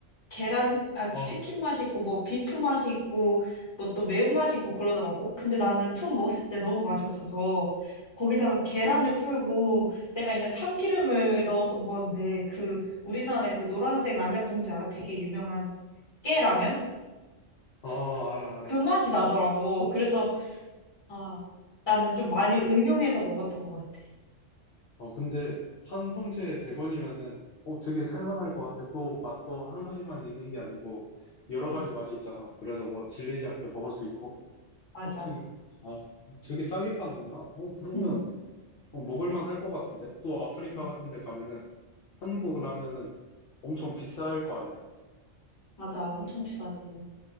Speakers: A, on the left; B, on the left.
A: 계란, 아,
B: 어,
A: 치킨 맛이 있고 뭐 비프 맛이 있고 뭐 또 매운맛이 있고 그러더라고. 근데 나는 처음 먹었을 때 너무 맛이 없어서 거기다가 계란을
B: 어,
A: 풀고 내가 있는 참기름을 넣어서 먹었는데 그 우리나라의 그 노란색 라면 봉지 알아? 되게 유명한 깨라면?
B: 어, 알아, 알아.
A: 그 맛이 나더라고. 그래서 아, 나는 좀 많이 응용해서 먹었던 것 같아.
B: 어, 근데 한 봉지에 100원이면은, 어, 되게 살만할 것 같아. 또 맛도 한 가지만 있는 게 아니고, 여러
A: 응.
B: 가지 맛이 있잖아. 그래서 뭐 질리지 않게 먹을 수 있고,
A: 맞아.
B: 어, 되게, 아, 되게 싸게 파는구나. 어, 그러면,
A: 응.
B: 어, 먹을만 할 것 같은데? 또 아프리카
A: 응.
B: 같은 데 가면은, 한국 라면은 엄청 비쌀 거 아니야.
A: 맞아. 엄청 비싸지.